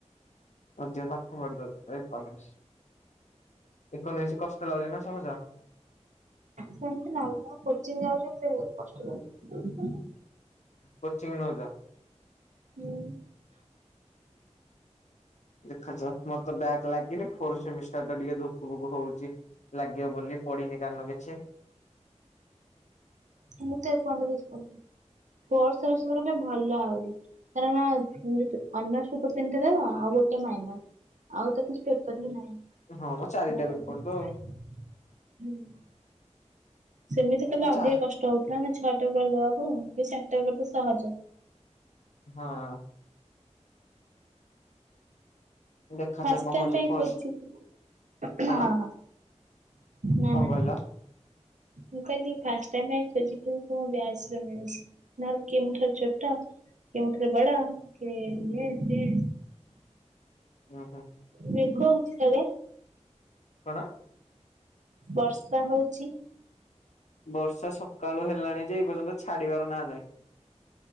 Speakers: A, on the left; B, on the right.
A: ଅଧିକ ପାଠ ପଢି ଦୋଉଚ <unintelligible> ଇକୋନୋମିକ୍ସ। ଇକୋନୋମିକ୍ସ କଷ୍ଟ ଲାଗୁଚି ନା ସହଜ?
B: ସେମତି ନା <unintelligible> ଆଉ କୋଚିଂ ଯାଉଚି ଏତେ କଷ୍ଟ ଲାଗୁନି।
A: କୋଚିଂ ନୋଉଚ?
B: ହୁଁ।
A: ଦେଖାଯାଉ ମୋର ତ ବ୍ୟାକ୍ ଲାଗିନି ଫୋର ସେମିଷ୍ଟର ଟା ଟିକେ ଧୁକୁ ଧୁକୁ ହୋଉଚି। ଲାଗିବ ବୋଲି ପଢିନି କାରଣ କିଛି।
B: ମୁଁ ତ ଏପର୍ଯ୍ୟନ୍ତ କିଛି ପଢିନି। ଫୋର୍ ସେମିଷ୍ଟାର ବି ଭଲ ଆହୁରି। କାରଣ ଅନର୍ଶ ପେପର୍ ତିନିଟା ରହିବ, ଆଉ ଗୋଟେ ମାଇନର୍। ଆଉ ତ କିଛି ପେପର ହିଁ ନାହିଁ।
A: ହଁ ମ ଚାରିଟା ପେପର ତ ଆଉ
B: <unintelligible> ସେମିତି କହିଲେ
A: ମୋ
B: ଅଧିକ
A: ଚା
B: କଷ୍ଟ ହୋଉଥିଲା ନା ଛଅଟା ପେପର୍ ଦବାକୁ ଏବେ ଚାରିଟା ପେପର୍ ତ ସହଜ।
A: ହଁ। ଦେଖାଯାଉ
B: ଫାଷ୍ଟ
A: କଣ
B: ଟାଇମ୍
A: ହଉଛି
B: ପାଇଁ
A: ଫୋର୍ସ
B: ଖୋଲିଚି <unintelligible>
A: କଣ
B: ହଁ ହଁ ନାଁ
A: କଣ
B: ନାଁ।
A: କହିଲ
B: ମୁଁ କହିଲି ଫାଷ୍ଟ ଟାଇମ୍ ପାଇଁ ଖୋଜିକି ମୋ ବ୍ୟାଚରେ ମିଳୁଚି। ନହେଲେ କିଏ ମୁଁ ଠାରୁ ଛୋଟ କିଏ ମୋ ଠାରୁ ବଡ କିଏ ଇଏ ସିଏ।
A: ଉଁ ହୁଁ।
B: ମେଘ ହୋଉଚି ସିଆଡେ?
A: କଣ?
B: ବର୍ଷା ହୋଉଚି?
A: ବର୍ଷା ସକାଳୁ ହେଲାଣି ଯେ ଏଇ ପର୍ଯ୍ୟନ୍ତ ଛାଡିବାର ନା ନାହିଁ।